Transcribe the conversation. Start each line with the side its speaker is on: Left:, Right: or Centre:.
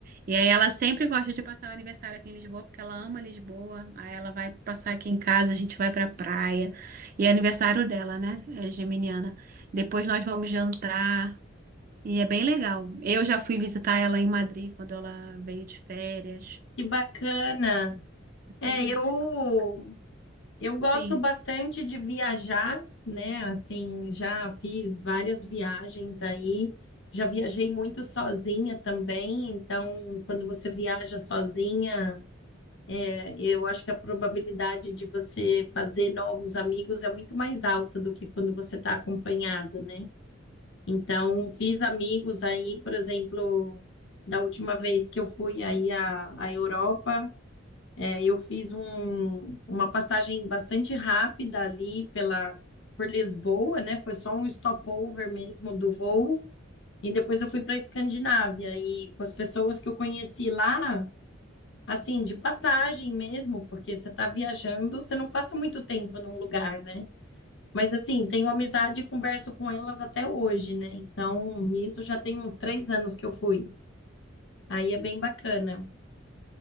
Right: E aí ela sempre gosta de passar o aniversário aqui em Lisboa, porque ela ama Lisboa. Aí ela vai passar aqui em casa, a gente vai pra praia. E é aniversário dela, né? É geminiana. Depois nós vamos jantar. E é bem legal. Eu já fui visitar ela em Madrid quando ela veio de férias.
Left: Que bacana. É,
Right: Bonito.
Left: eu eu gosto
Right: Sim.
Left: bastante de viajar, né? Assim, já fiz várias viagens aí. Já viajei muito sozinha também, então quando você viaja sozinha, é, eu acho que a probabilidade de você fazer novos amigos é muito mais alta do que quando você está acompanhada, né? Então, fiz amigos aí, por exemplo, da última vez que eu fui aí à, à Europa, eh, eu fiz um- uma passagem bastante rápida ali pela, por Lisboa, né? Foi só um stopover mesmo do voo. E depois eu fui para a Escandinávia e com as pessoas que eu conheci lá, assim, de passagem mesmo, porque você está viajando, você não passa muito tempo num lugar, né? Mas assim, tenho amizade e converso com elas até hoje, né? Então, isso já tem uns três anos que eu fui. Aí é bem bacana.